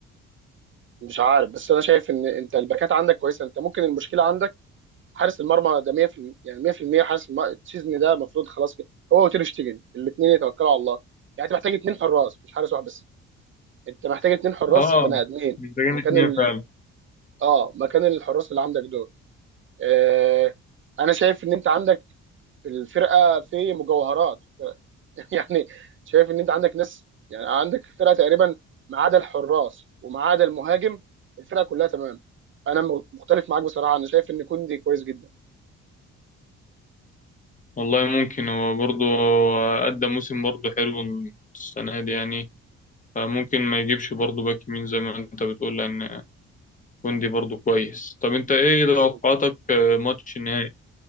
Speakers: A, on the right (about 40°); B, on the left (about 25°).
A: مش عارف بس انا شايف ان انت الباكات عندك كويسه انت ممكن المشكله عندك حارس المرمى ده 100% يعني 100% حارس المرمى السيزون ده المفروض خلاص كده هو وتير شتيجن الاثنين يتوكلوا على الله يعني انت محتاج اثنين حراس مش حارس واحد بس انت محتاج اثنين حراس
B: اه
A: بني ادمين
B: محتاجين
A: مكان
B: اتنين
A: ال...
B: فعلا
A: اه مكان الحراس اللي عندك دول آه... انا شايف ان انت عندك الفرقه في مجوهرات في الفرقه <laughs> يعني شايف ان انت عندك ناس يعني عندك الفرقه تقريبا ما عدا الحراس وما عدا المهاجم الفرقه كلها تمام انا م- مختلف معاك بصراحه انا شايف ان كوندي كويس جدا
B: والله ممكن هو برضه أدى موسم برضه حلو السنة دي يعني فممكن ما يجيبش برضه باك يمين زي ما انت بتقول لأن كوندي برضه كويس طب انت ايه توقعاتك
A: مم.
B: ماتش نهائي